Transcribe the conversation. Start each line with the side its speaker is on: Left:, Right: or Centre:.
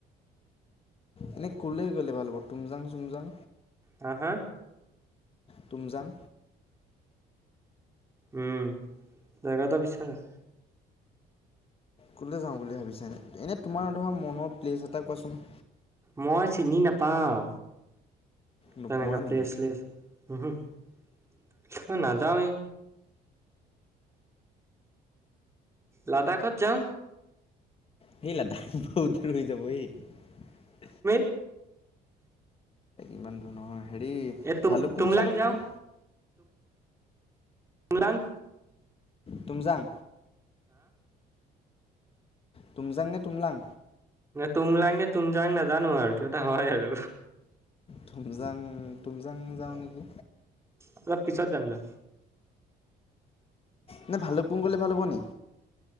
Left: এনেই ক'লে গ'লে ভাল হ'ব তুমজাং চুমজাং।
Right: হা হা।
Left: তুমজাং।
Right: উম জগাটো বিচাৰা।
Left: ক'লৈ যাওঁ বুলি ভাবিছানে এনেই তোমাৰ ধৰা মনৰ প্লেছ এটা কোৱাচোন।
Right: মই চিনি নাপাওঁ
Left: নোপোৱা
Right: তেনেকে প্লেচ
Left: নেকি
Right: চেলেচ। উমহু নাযাওঁৱে। লাডাখত যাওঁ।
Left: সেই লাডাখ বহুত দোৰ হৈ যাব এই।
Right: এহ্।
Left: ইমান দূৰ নহয় হেৰি
Right: তুম
Left: ভালো
Right: তুমলাং
Left: পুং চালক
Right: যাওঁ
Left: পুং।
Right: মৰাং।
Left: তুমজাং। তুমজাং নে তুমলাং।
Right: তুমজাং তুমলাং নাজানোঁ আৰু কিবা এটা হয় আৰু।
Left: তুমজাং তুমজাং যাওঁ নেকি।
Right: তুমজাং পিছত যাম যোৱা।
Left: নাই ভালুকপুং গ'লে ভাল হ'ব নি।